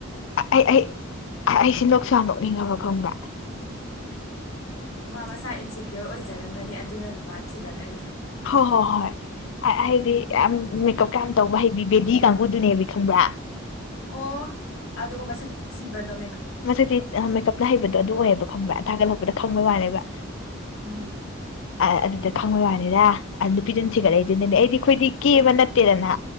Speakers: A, on the left; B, on the left.
A: ꯑꯩ ꯑꯩ ꯑꯩꯁꯤ ꯅꯣꯛꯁꯥ ꯅꯣꯛꯅꯤꯡꯉꯕ ꯈꯪꯕ꯭ꯔ
B: ꯃꯥ ꯃꯁꯥ ꯏꯟꯁꯤꯦꯀ꯭ꯌꯣꯔ ꯑꯣꯏꯖ ꯆꯔꯝꯒꯅꯤ ꯑꯗꯨꯅꯅꯦ ꯃꯥ ꯊꯤꯒꯠꯂꯛꯏꯗꯣ
A: ꯍꯣꯏ ꯍꯣꯏ ꯍꯥꯏꯗꯤ ꯌꯥꯝ ꯃꯦꯀꯞ ꯀꯌꯥꯝ ꯇꯧꯕ ꯍꯩꯕꯤ ꯕꯦꯗꯤ ꯀꯥꯡꯕꯨꯗꯨꯅꯦꯕ ꯈꯪꯕ꯭ꯔꯥ
B: ꯑꯣ ꯑꯗꯨꯒ ꯃꯁꯛ ꯊꯤꯕꯗ
A: ꯃꯊꯛꯇꯤ ꯃꯦꯀꯞꯅ ꯍꯩꯕꯗꯣ ꯑꯗꯨ ꯑꯣꯏꯌꯦꯕ ꯈꯪꯕ꯭ꯔꯥ
B: ꯑꯣ
A: ꯊꯥꯒꯠꯍꯧꯕꯗ
B: ꯎꯝ
A: ꯈꯪꯕꯩ ꯋꯥꯅꯦꯕ
B: ꯎꯝ
A: ꯑ ꯑꯗꯨꯗ ꯈꯪꯕꯩ ꯋꯥꯅꯤ ꯗ ꯑꯗꯨꯅꯨ
B: ꯎꯝ
A: ꯊꯤꯒꯠꯂꯛꯏ ꯑꯗꯨꯅꯦꯗꯤ ꯑꯩꯗꯤ ꯑꯩꯈꯣꯏꯗꯤ ꯀꯦꯕ ꯅꯠꯇꯦꯗꯅ